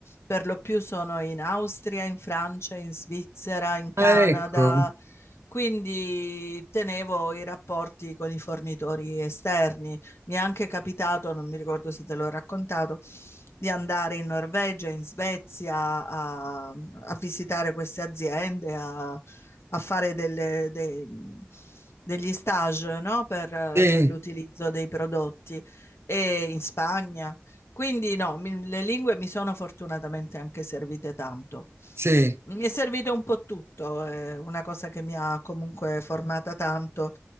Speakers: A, on the left (about 75°); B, on the right (about 70°).
A: Per lo più sono in Austria, in Francia, in Svizzera, in Canada.
B: Ah, ecco,
A: Quindi tenevo i rapporti con i fornitori esterni. Mi è anche capitato, non mi ricordo se te l'ho raccontato, di andare in Norvegia, in Svezia a, a visitare queste aziende, a, a fare delle, dei- degli stage, no? Per,
B: sì,
A: per l'utilizzo dei prodotti e in Spagna. Quindi no, mi- le lingue mi sono fortunatamente anche servite tanto.
B: sì,
A: Mi è servito un po' tutto, è una cosa che mi ha comunque formata tanto